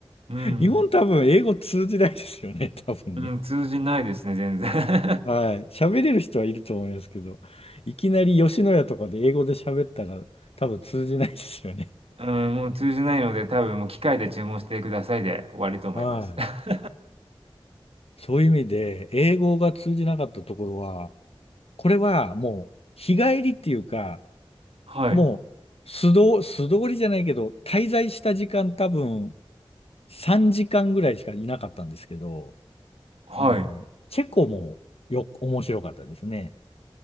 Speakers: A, on the right (about 75°); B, on the left (about 75°).
A: うーん。うん。
B: 日本多分英語通じないですよね。多分ね。
A: うん、通じないですね、全然。<laughs>
B: はい。喋れる人はいると思いますけど、いきなり吉野家とかで英語で喋ったら多分通じないですよね。
A: うん、もう通じないので、多分もう機械で注文してくださいで終わりと思います。
B: はい。
A: <laughs>
B: そういう意味で、英語が通じなかったところは、これはもう日帰りっていうか、
A: はい、
B: もう素通、素通りじゃないけど、滞在した時間多分3時間ぐらいしかいなかったんですけど、
A: はい。
B: あの、チェコもよ、面白かったですね。